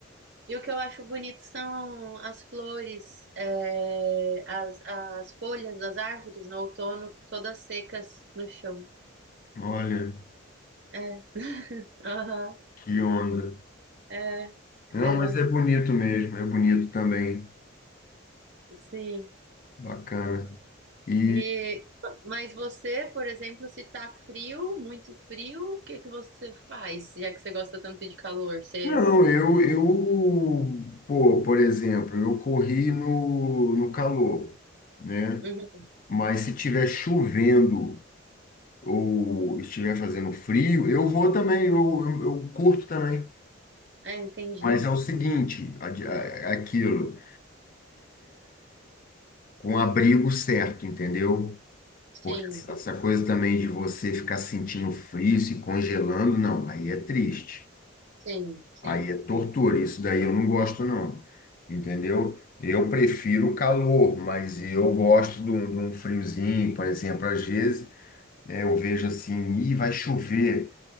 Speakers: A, on the right; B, on the left.
A: E o que eu acho bonito são as flores, é, as, as folhas das árvores no outono, todas secas no chão.
B: Olha,
A: É, <laughs> aham,
B: que onda.
A: é,
B: Não,
A: é,
B: mas é bonito mesmo, é bonito também.
A: sim.
B: Bacana. E
A: E, mas você, por exemplo, se tá frio, muito frio, o que que você faz, já que você gosta tanto de calor? Você...
B: não, eu, eu, pô, por exemplo, eu corri no, no calor, né?
A: Uhum,
B: Mas se tiver chovendo ou estiver fazendo frio, eu vou também, eu, eu, eu curto também.
A: é, entendi.
B: Mas é o seguinte, a- a- aquilo, com abrigo certo, entendeu?
A: Sim,
B: Porque essa coisa também de você ficar sentindo frio, se congelando, não, aí é triste.
A: sim, sim,
B: Aí
A: sim.
B: é tortura, isso daí eu não gosto, não. Entendeu? Eu prefiro o calor, mas eu gosto de um, de um friozinho, por exemplo. Às vezes é, eu vejo assim, ih, vai chover.